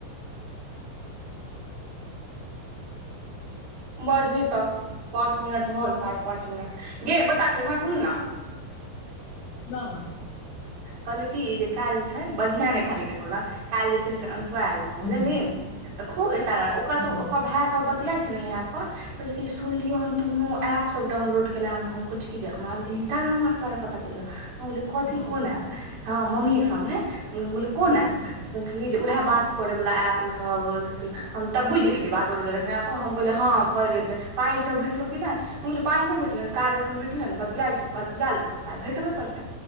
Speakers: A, on the right; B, on the left.
A: बाजहि तऽ पाँच मिनट होल साढ़े पाँच मिनट गे पता छौ इम्हर सुन न
B: दाल न
A: कहलहु की जे काल्हि जे छै बजिया ने खाली ककरो लग काल्हि जे छै से अं शु आएल रहौ बुझलि
B: हुँ
A: तऽ खूब स्टाईल मारो उ कहतो
B: हुँ
A: ओकर भाय सब बतियाय छै ने इहै एप पर कहै छै की सुनलियो हन तूंहो एप सब डाउनलोड केेलैं हम कहै छी कि जे हम इंस्टाग्राम आर के बारे में पता चलि गेलो हम कहलिये कथी
B: बाप
A: कोन
B: रे
A: एप हँ मम्मीअ के सामने कहकै हम कहलियै कोन ऐप
B: हुँ
A: कहलक जे उएह बात करै वाला ऐप सब से हम तब बुझि गेलियै बात करे वाला जखने एप कहलक हम कहलिऐ हँ कऽ लेने पाइ ई सब भेटलो कि नहि हम कहलिए पाइ नहि भेटलै काज अखन भेटले हन बतिया छियै बतिया लेबै तऽ पाय भेटबे करते